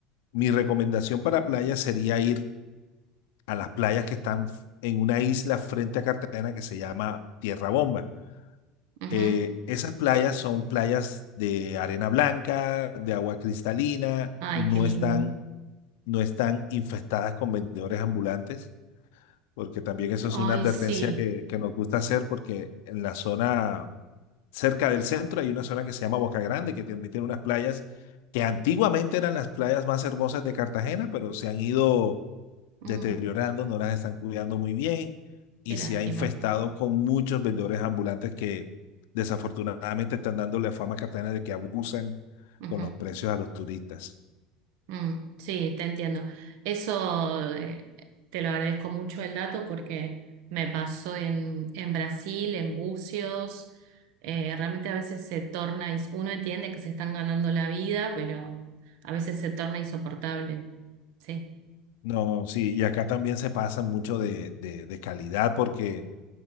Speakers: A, on the left; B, on the right.
A: mi recomendación para playas sería ir a las playas que están en una isla frente a Cartagena que se llama Tierra Bomba.
B: ujú.
A: Eh, esas playas son playas de arena blanca, de agua cristalina,
B: Ay,
A: no
B: qué lindo.
A: están, no están infestadas con vendedores ambulantes, porque también eso
B: Ay,
A: es una advertencia
B: sí.
A: que, que nos gusta hacer, porque en la zona cerca del centro hay una zona que se llama Boca Grande, que también tiene unas playas que antiguamente eran las playas más hermosas de Cartagena, pero se han ido
B: Mm,
A: deteriorando, no las están cuidando muy bien y
B: qué lástima.
A: se ha infestado con muchos vendedores ambulantes que desafortunadamente están dándole a fama a Cartagena de que abusan
B: Ujú.
A: con los precios a los turistas.
B: Mm, sí, te entiendo. Eso eh, te lo agradezco mucho el dato porque me pasó en, en Brasil, en Bucios. Eh, realmente a veces se torna, ins- uno entiende que se están ganando la vida, pero a veces se torna insoportable. Sí.
A: No, sí, y acá también se pasa mucho de, de, de calidad porque